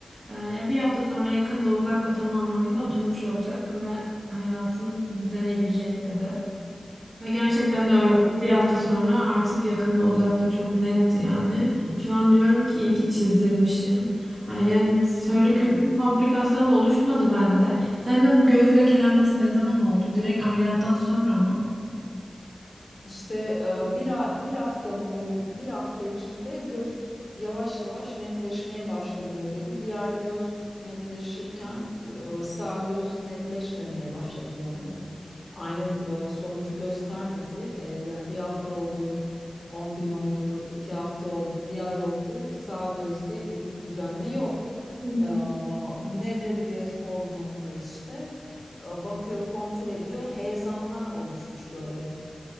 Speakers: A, on the right (about 70°); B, on the left (about 45°).
A: Ee, yani bir hafta sonra yakında uzakta tam anlamıyla oturmuş olacak ve hayatın düzene girecek dedi. Ve gerçekten de öyle.
B: Evet.
A: Bir hafta sonra artık yakında uzakta çok netti yani. Şu an diyorum ki iyi ki çizdirmişim. Ee, Yani söyle
B: Evet.
A: kötü bir komplikasyon da oluşmadı bende. Sen de bu göz lekelenmesi ne zaman oldu? Direkt ameliyattan sonra mı?
B: İşte e, bir, ha- bir hafta boyun bir hafta içinde göz yavaş yavaş netleşmeye başlanıyor dedi. Diğer göz netleşirken e, sağ göz netleşmemeye başladı yani. Aynı e, sonucu göstermedi. E, yani bir hafta oldu, 10 gün oldu, 2 hafta oldu, bir ay oldu. Sağ gözde il- düzelme yok.
A: Hı hı.
B: E, nedir diye sorduğumda işte e, bakıyor kontrol ediyor. Heyelanlar oluşmuş böyle